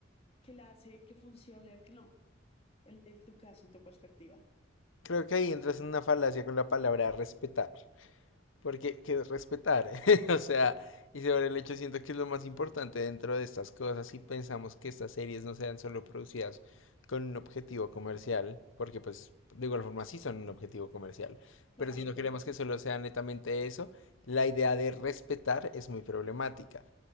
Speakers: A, on the left (about 30°); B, on the left (about 80°).
A: que la hace que funcione o que no? En, en tu caso, en tu perspectiva.
B: Creo que ahí entras en una falacia con la palabra respetar. Porque que es respetar, <laughs> O sea, y sobre el hecho siento que es lo más importante dentro de estas cosas y pensamos que estas series no sean solo producidas con un objetivo comercial, porque pues de igual forma sí son un objetivo comercial,
A: Claramente.
B: pero si no queremos que solo sea netamente eso, la idea de respetar es muy problemática.